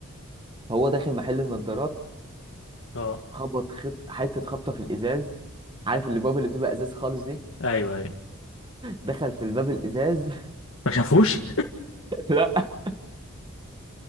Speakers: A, on the right; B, on the left.
A: هو داخل محل النضارات
B: اه
A: خبط خط حته خبطه في الازاز عارف الباب اللي بتبقى ازاز خالص دي
B: ايوه اي
A: دخل في الباب الازاز
B: ما شافوش
A: <laughs> لا